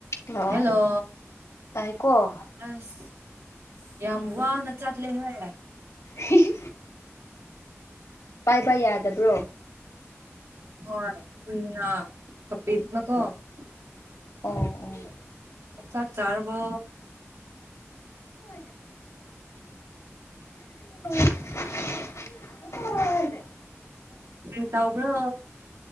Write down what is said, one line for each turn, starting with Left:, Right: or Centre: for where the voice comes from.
Left: hello
Right: hello
Left: ꯇꯥꯏꯀꯣ
Right: ꯑꯁ ꯌꯥꯝ ꯋꯥꯅ ꯆꯠꯂꯦ ꯍꯦ
Left: ꯍꯤꯍꯤ ꯄꯥꯏꯕ ꯌꯥꯗꯕ꯭ꯔꯣ
Right: ꯍꯣꯏ ꯀꯨꯢꯅ <unintelligible>
Left: ꯎꯝ
Right: ꯆꯥꯛ ꯆꯥꯔꯕꯣ
Left: ꯎ <unintelligible> <unintelligible>
Right: ꯀꯔꯤꯇꯧꯕ꯭ꯔꯣ